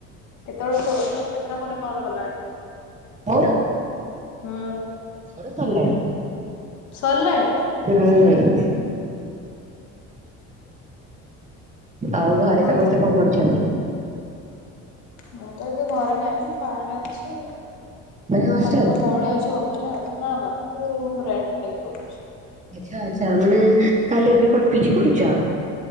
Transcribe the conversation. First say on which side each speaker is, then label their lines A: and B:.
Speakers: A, on the left; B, on the right.
A: କେତେବେଳେ ତ ତୋର କେତେଟା ଖଣ୍ଡେ କଲ ଗଲାଣି।
B: ମୋର
A: ହଁ,
B: ମୋର ସରିଲାଣି।
A: ସରିଲାଣି
B: ହୁଁ-ଉ-ଉ-ଉ। ଆଉ ଘରେ
A: ପୁଣି
B: ସମସ୍ତେ କଣ କରୁଛନ୍ତି?
A: ମୁଁ ତ ଏବେ ଘରେ ନାହିଁ ବାହାରେ ଅଛି।
B: ମାନେ ହଷ୍ଟେଲ
A: ଖାଲି ମୋ ଭଉଣୀ ଅଛି ମୋ ପରେ ଆଉ ନା ନା ରୁମ୍ ରେଣ୍ଟ୍ ନେଇକି ରହୁଛି।
B: ଆଚ୍ଛା ଆଚ୍ଛା, ମାନେ ତାହେଲେ ଏବେ କଣ ପିଜି କରୁଛ?